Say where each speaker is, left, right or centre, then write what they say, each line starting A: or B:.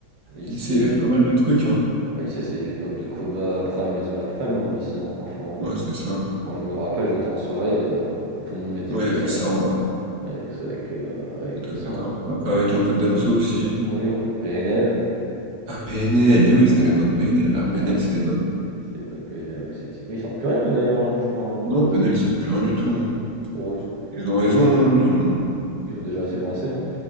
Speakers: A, on the right; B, on the right.
A: Lycée.
B: Lycée, il y avait pas mal de trucs, hein.
A: Au lycée, c'est l'époque de Koba Prime et Zola Prime, hein, au lycée, hein, franchement.
B: Ouais, c'est ça.
A: Quand je me rappelle, j'étais en soirée, euh, tout le monde mettait
B: Ouais,
A: que
B: avec
A: ça.
B: ça, en vrai.
A: Avec ça, avec, euh, ouais,
B: Écoute,
A: que ça.
B: peut être
A: hein.
B: un- Après, avec un peu de Damso aussi.
A: Oui, un peu. PNL.
B: Ah, PNL, mais oui, c'était
A: Ah
B: l'époque
A: oui,
B: PNL, là. PNL,
A: ah oui, c'est
B: c'était dingue.
A: c'est l'époque PNL, ouais, effectivement. Ils sortent plus rien, eux, d'ailleurs, hein, je crois. hein. Enfin,
B: Non, PNL,
A: je-
B: ils sortent plus rien du tout. hein.
A: oh, ils sont, ils sont
B: Ils ont raison,
A: peut-être dans-
B: hein, ils ont...
A: ils ont déjà assez brassé. Hein.